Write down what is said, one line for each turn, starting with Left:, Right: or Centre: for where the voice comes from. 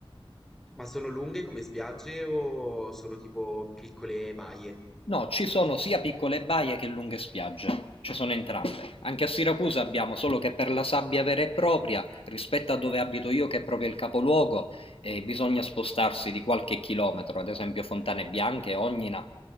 Centre: ma sono lunghe come spiagge o sono tipo piccole baie?
Left: No, ci sono sia piccole baie che lunghe spiagge. Ci sono entrambe. Anche a Siracusa abbiamo, solo che per la sabbia vera e propria, rispetto a dove abito io che è proprio il capoluogo, eh, bisogna spostarsi di qualche chilometro, ad esempio Fontane Bianche, Ognina,